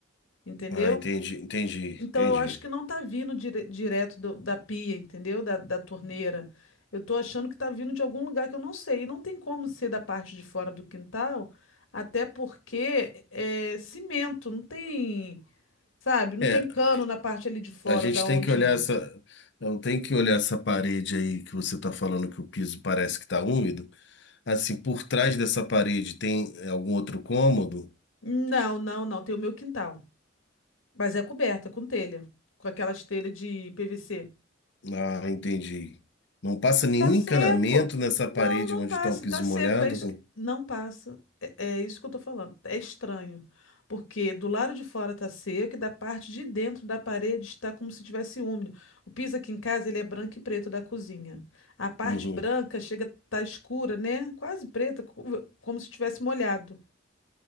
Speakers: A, on the left; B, on the left.
A: entendeu?
B: Ah, entendi, entendi,
A: Então
B: entendi.
A: eu acho que não tá vindo dire- direto do- da pia, entendeu? Da, da torneira. Eu tô achando que tá vindo de algum lugar que eu não sei. E não tem como ser da parte de fora do quintal, até porque é cimento, não tem, sabe? Não
B: É,
A: tem cano na parte ali de fora
B: a gente
A: da
B: tem
A: onde
B: que olhar
A: é.
B: essa, eu tenho que olhar essa parede aí que você está falando que o piso parece que está úmido. Assim, por trás dessa parede tem algum outro cômodo?
A: Não, não, não. Tem o meu quintal. Mas é coberta com telha, com aquelas telhas de PVC.
B: Ah, entendi. Não passa
A: E
B: nenhum
A: tá seco.
B: encanamento nessa parede
A: Não, não
B: onde
A: passa.
B: está o piso
A: E tá seco.
B: molhado?
A: É isso que... Não passa. É, é isso que eu tô falando. É estranho. Porque do lado de fora tá seco e da parte de dentro da parede está como se tivesse úmido. O piso aqui em casa, ele é branco e preto da cozinha. A parte
B: Uhum.
A: branca chega a tá escura, né? Quase preta, co- como se tivesse molhado.